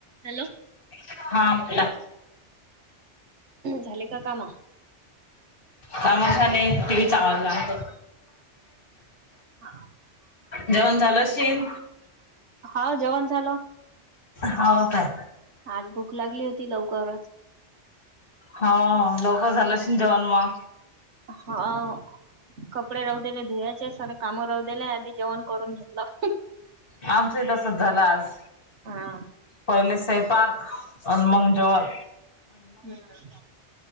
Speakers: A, on the right (about 80°); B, on the left (about 50°).
A: Hello
B: हा बोला
A: झाले का कामं?
B: काम झाले, टीव्ही चा आवाज लहान कर.
A: हा
B: जेवण झालं अशीन
A: हाव जेवण झालं.
B: हाव काय
A: आज भूक लागली होती लवकरच.
B: हा लवकर झालं असीन जेवण म.
A: हा कपडे राहु देले घुवाचे सारे कामं राऊ देले आधी जेवण करून घेतलं.
B: आमचंही तसच झालं आज.
A: हा
B: पयले सैपाक अन मंग जेवन.
A: हं